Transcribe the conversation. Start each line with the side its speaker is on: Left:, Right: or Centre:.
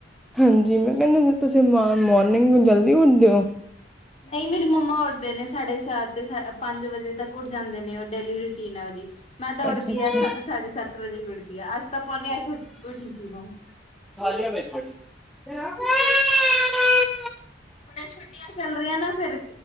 Centre: ਹਾਂਜੀ, ਮੈਂ ਕੇਨੀ <unintelligible> ਤੁਸੀਂ ਮ ਮੋਰਨਿੰਗ ਨੂ ਜਲਦੀ ਉੱਠਦੇ ਹੋ?
Left: ਨਹੀਂ, ਮੇਰੀ ਮੰਮਾ ਉੱਠਦੇ ਨੇ ਸਾਢੇ ਚਾਰ ਤੇ ਸ ਪੰਜ ਵਜੇ ਤੱਕ ਉੱਠ ਜਾਂਦੇ ਨੇ ਓ ਡੇਲੀ <unintelligible> ਮੈਂ ਤਾਂ ਉੱਠਦੀ
Centre: ਅੱਛਾ ਅੱਛਾ
Left: ਆ ਸੱਤ ਸਾਢੇ ਸੱਤ ਵਜੇ ਹੀ ਉੱਠਦੀ ਆ, ਅੱਜ ਤਾਂ ਪੌਨੇ ਆਠ ਉੱਠ ਗੀ ਮੈਂ।
Centre: <unintelligible>
Left: ਹੁਨ ਏ ਛੁੱਟੀਆਂ ਚਲ ਰਈਆਂ ਨਾ ਫੇਰ,